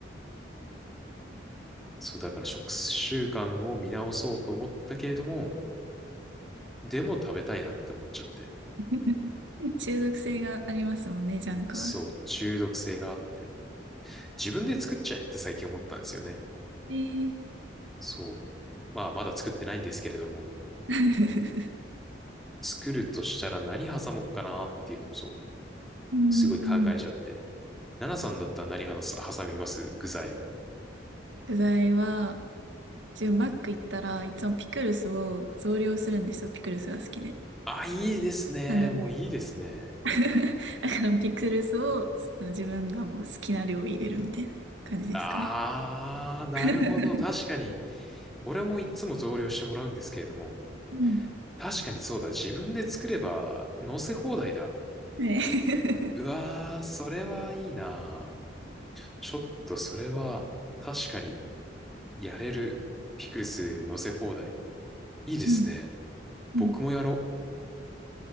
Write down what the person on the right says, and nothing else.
あ、<laughs> 中毒性がありますもんね、ジャンクは。
ええ
<laughs>
うん。
具材は、自分マック行ったらいつもピクルスを増量するんですよ。ピクルスが好きで。
なので、
<laughs> だからピクルスをその自分がもう好きな量入れるみたいな感じですかね。
<laughs>
うん。
<laughs> はい。
<laughs>
うん。
うん。